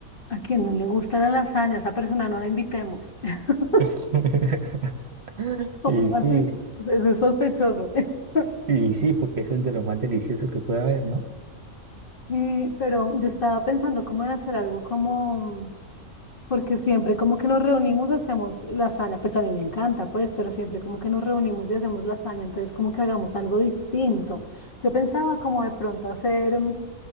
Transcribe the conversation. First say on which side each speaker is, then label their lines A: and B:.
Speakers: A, on the left (about 40°); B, on the right (about 55°).
A: A quien no le gusta la lasaña, a esa persona no la invitemos. <laughs>
B: <laughs>
A: ¿Cómo
B: Y sí.
A: así? Es, es sospechoso. <laughs>
B: Y sí, porque eso es de lo más delicioso que puede haber, ¿no?
A: Y, pero yo estaba pensando cómo en hacer algo como, porque siempre como que nos reunimos, hacemos lasaña, pues a mí me encanta, pues, pero siempre como que nos reunimos y hacemos lasaña, entonces como que hagamos algo distinto. Yo pensaba como de pronto hacer mm,